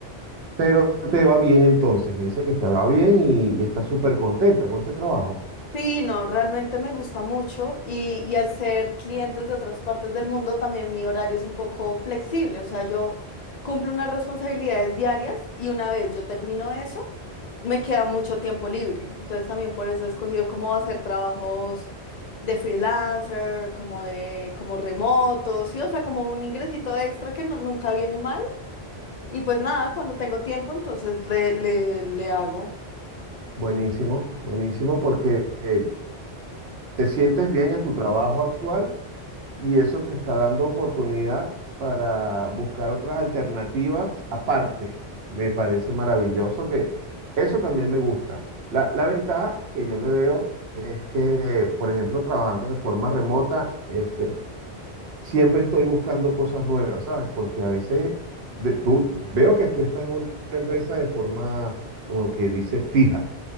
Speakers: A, on the right; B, on the left.
A: Pero te va bien entonces, me dice que te va bien y, y está súper contenta con ese trabajo.
B: Sí, no, realmente me gusta mucho y, y al ser clientes de otras partes del mundo también mi horario es un poco flexible, o sea, yo cumplo unas responsabilidades diarias y una vez yo termino eso, me queda mucho tiempo libre. Entonces también por eso he escogido cómo hacer trabajos de freelancer, como de como remotos, sí, o sea, como un ingresito extra que no- nunca viene mal. Y pues nada, cuando tengo tiempo, entonces le, le, le hago.
A: Buenísimo, buenísimo porque eh, te sientes bien en tu trabajo actual y eso te está dando oportunidad para buscar otras alternativas aparte. Me parece maravilloso que eso también me gusta. La, la ventaja que yo le veo es que, por ejemplo, trabajando de forma remota, este, siempre estoy buscando cosas nuevas, ¿sabes? Porque a veces de- tú veo que tú estás en un- una empresa de forma, como que dice, fija,